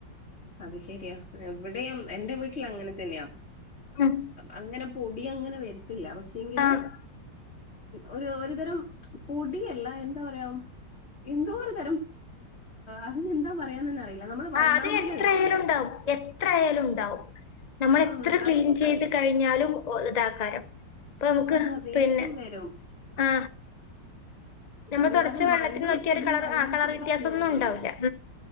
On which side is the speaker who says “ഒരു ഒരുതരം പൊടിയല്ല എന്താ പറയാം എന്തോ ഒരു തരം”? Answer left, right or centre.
Left